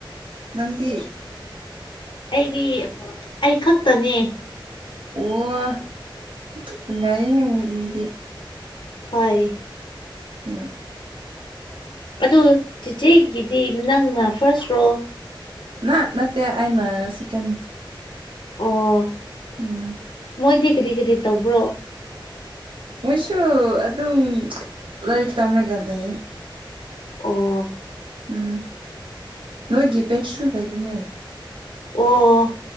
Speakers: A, on the right; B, on the left.
A: ꯅꯪꯗꯤ
B: ꯑꯩꯗꯤ ꯑꯩ ꯈꯛꯇꯅꯦ
A: ꯋꯥ ꯅꯨꯡꯉꯥꯏ ꯌ‌ꯦ ꯃ‌ꯣꯏ ꯃꯤꯗꯤ
B: ꯍ‌ꯣꯏ
A: ꯎꯝ
B: ꯑꯗꯨ ꯆꯤꯆꯦꯒꯤꯗꯤ ꯅꯪꯅ ꯐꯥꯔꯁ꯭ꯔꯣ
A: ꯅ ꯅꯠꯇ‌ꯦ ꯑꯩꯅ ꯁ‌ꯦꯛ‌ꯦꯟ
B: ꯑꯣ
A: ꯎꯝ
B: ꯃꯣꯏꯗꯤ ꯀꯔꯤ ꯀꯔꯤ ꯇꯧꯕ꯭ꯔꯣ
A: ꯃꯣꯏꯁꯨ ꯑꯗꯨꯝ ꯂꯥꯏꯔꯤꯛ ꯇꯝꯔꯒ ꯂꯩꯌꯦ
B: ꯑꯣ
A: ꯎꯝ ꯅꯣꯏꯒꯤ ꯕꯦꯠꯁꯨ ꯂꯩꯕꯅꯦ
B: ꯑꯣ